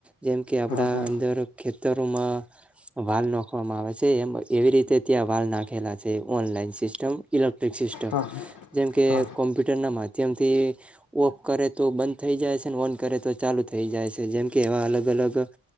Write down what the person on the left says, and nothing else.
હા હા
હા
હા